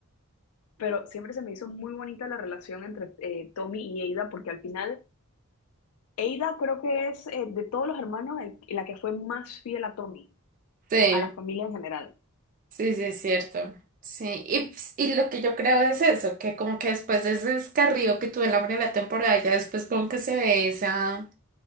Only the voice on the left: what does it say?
pero siempre se me hizo muy bonita la relación entre eh, Tommy y Ada porque al final Ada creo que es eh, de todos los hermanos el- la que fue más fiel a Tommy,
a la familia en general.